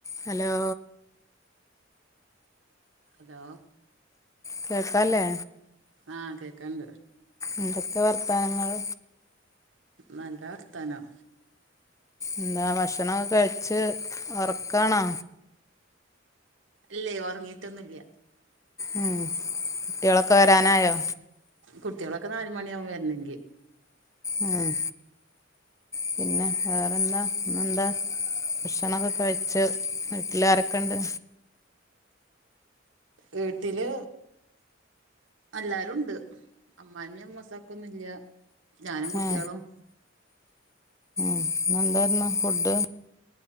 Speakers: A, on the left; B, on the right.
A: Hello
B: hello
A: കേക്കല്ലേ
B: ആഹ് കേക്കണ്ട്
A: എന്തൊക്കെ വർത്താനങ്ങൾ?.
B: നല്ല വർതാനം.
A: എന്താ ഭക്ഷണക്കെ കഴിച്ച് ഉറക്കാണോ?
B: ഇല്ലേയ് ഉറങ്ങിയിട്ടൊന്നുല്ല.
A: ഉം കുട്ടികളൊക്കെ വരാനായോ?.
B: കുട്ടികളൊക്കെ നാല് മണിയാവും വരണെങ്കിൽ.
A: ഉം പിന്നെ വേറെന്താ ഇന്നെന്താ ഭക്ഷണക്കെ കഴിച്ച് വീട്ടില് ആരൊക്കെണ്ട്.
B: വീട്ടില് എല്ലാരുണ്ട് അമ്മയമ്മയും അമ്മോസക്ക ഒന്നുല്ല ഞാനും കുട്ടികളും.
A: ഏ ഇന്ന് എന്തായിരുന്നു ഫുഡ്.